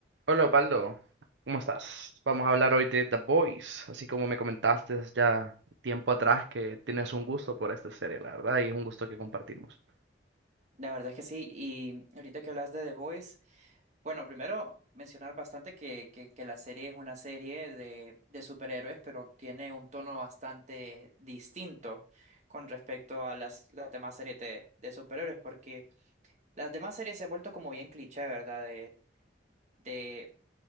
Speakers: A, on the right; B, on the right.
A: Hola Osvaldo, ¿cómo estás? Vamos a hablar hoy de The Boys, así como me comentaste ya tiempo atrás que tienes un gusto por esta serie, la verdad, y es un gusto que compartimos.
B: La verdad es que sí, y ahorita que hablas de The Voice, bueno, primero mencionar bastante que, que, que la serie es una serie de, de superhéroes, pero tiene un tono bastante distinto con respecto a las, las demás series de, de superhéroes, porque las demás series se han vuelto como bien cliché, ¿verdad? De, de